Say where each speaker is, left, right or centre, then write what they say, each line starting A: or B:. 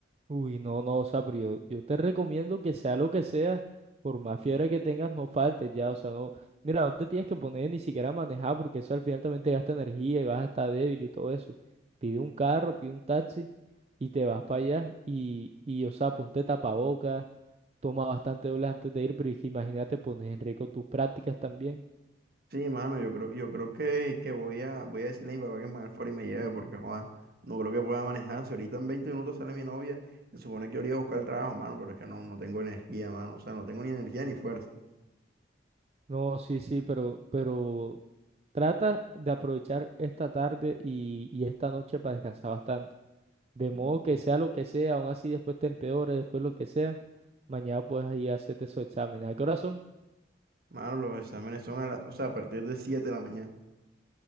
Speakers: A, on the right; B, on the right.
A: Uy, no, no, o sea, pero yo, yo te recomiendo que sea lo que sea, por más fiebre que tengas, no faltes ya, o sea, no, mira, no te tienes que poner ni siquiera a manejar porque eso al final también te gasta energía y vas a estar débil y todo eso. Pide un carro, pide un taxi y te vas para allá y, y, o sea, ponte tapabocas, toma bastante dobles antes de ir, pero es que imagínate, pones en riesgo tus prácticas también.
B: Sí, mano, yo creo, yo creo que, que voy a, voy a decirle a mi papá que me haga el favor y me lleve porque joder, no creo que pueda manejar. Si ahorita en 20 minutos sale mi novia, se supone que yo iría a buscar el trabajo, mano, pero es que no, no tengo energía, mano. O sea, no tengo ni energía ni fuerza.
A: No, sí, sí, pero, pero trata de aprovechar esta tarde y, y esta noche para descansar bastante. De
B: Mm.
A: modo que sea lo que sea, aún así después te empeores, después lo que sea, mañana puedes ir a hacerte esos exámenes. ¿A qué hora son?
B: Mano, los exámenes son a la- o sea, a partir de 7 de la mañana.